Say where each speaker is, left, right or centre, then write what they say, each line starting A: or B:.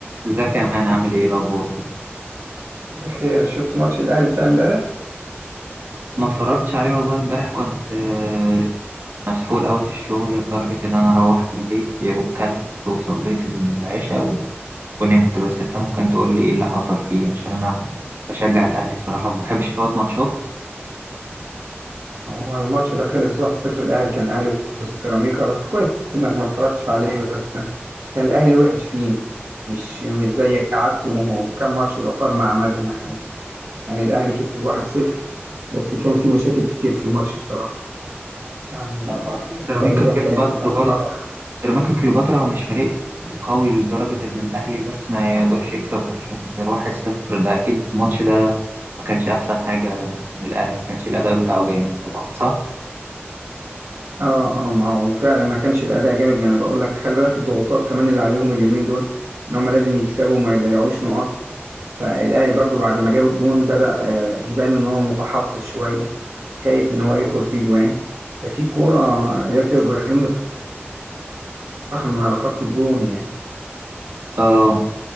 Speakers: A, on the right; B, on the right.
A: ازيك يا مان عامل ايه الاخبار
B: بخير شفت ماتش الاهلي بتاع امبارح
A: ما اتفرجتش عليه والله امبارح كنت آه، مسحول قوي في الشغل لدرجة ان انا روحت البيت يا دوب كلت وصليت العشاء و- ونمت بس انت ممكن تقول لي ايه اللي حصل فيه عشان انا بشجع الاهلي الصراحة وما بحبش افوت ماتشات
B: هو الماتش ده خلص 1-0 الاهلي كان الاهلي وسيراميكا بس كويس انك ما اتفرجتش عليه بس كان الاهلي وحش فيه مش مش زي عادته كام ماتش الاخر مع عماد النحاس يعني الاهلي كسب 1-0 بس كان في مشاكل كتير في الماتش بصراحة يعني
A: آه، اصل
B: التغييرات
A: سيراميكا كليوباترا
B: كانت متأخرة
A: برضه سيراميكا كليوباترا هو مش فريق قوي لدرجة ان الاهلي بس ما يقدرش يكسب غير غير 1-0 ده اكيد الماتش ده ما كانش احسن حاجة من الاهلي ما كانش الاداء بتاعه جامد طبعا صح
B: اه اه ما هو فعلا ما كانش الاداء جامد ما انا بقول لك خلي بالك الضغوطات كمان اللي عليهم اليومين دول ان هم لازم يكسبوا وما يضيعوش نقط فالاهلي برضو بعد ما جاب الجون بدأ آه، يبان ان هو متحفظ شويه خايف ان هو يدخل فيه جوان ففي كوره ياسر ابراهيم اتطحن من على خط الجون يعني
A: اه